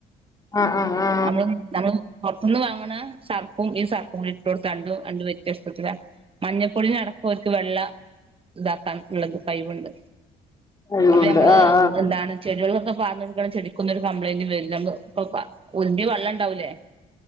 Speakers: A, on the left (about 20°); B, on the right (about 35°).
A: ആ ആ ആ
B: നമ്മള് നമ്മള് പൊറത്തുന്ന് വാങ്ങണ സർപ്പും ഈ സർപ്പും കൂടി ഇട്ട് കൊടുത്തണ്ട് രണ്ട് വ്യത്യസ്തത്തില മഞ്ഞപ്പൊടിനടക്കം ഒലിക്ക് വെള്ള ഇതാക്കാൻ ഇള്ള കയിവ്ണ്ട്
A: കഴിവുണ്ട്
B: അപ്പൊ ഞമ്മള്
A: ആ ആ
B: എന്താണ് ചെടികളൊക്കെ പാർന്നോട്ക്കുആണേ ചെടിക്കൊന്നും ഒരു കപ്ലയിന്റ് വെരില്ല അമ്മാൾ ഉപുപ്പ ഒലുമ്പിയ വെള്ളം ണ്ടാവൂലേ